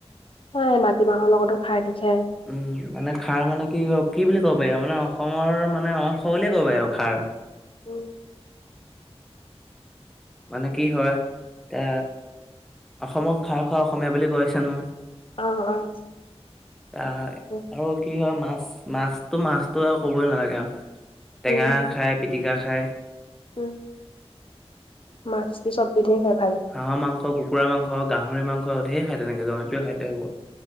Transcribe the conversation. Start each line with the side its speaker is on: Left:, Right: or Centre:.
Left: হয় মাটিমাহৰ লগতো খাৰ দি খায়
Centre: উম মানে খাৰ মানে কি ক কি বুলি ক'ব পাৰি আৰু মানে অসমৰ মানে অংশ বুলিয়ে কবি আৰু খাৰ
Left: উম
Centre: মানে কি হয় এ অসমক খাৰ খোৱা অসমীয়া বুলি কয়ছে নহয়
Left: অ অ
Centre: এয়া
Left: উম
Centre: আৰু কি হয় মাছ, মাছটো মাছটো আৰু কবই নালাগে আৱ টেঙা
Left: উম
Centre: খায়, পিটিকা খায়
Left: উম মাছপি চববিধেই খাই
Centre: হাঁহৰ মাংস, কুকুৰা মাংস, গাহৰি মাংস ঢেৰ খায় তেনেকে জনপ্ৰিয় খাদ্য সেইবো।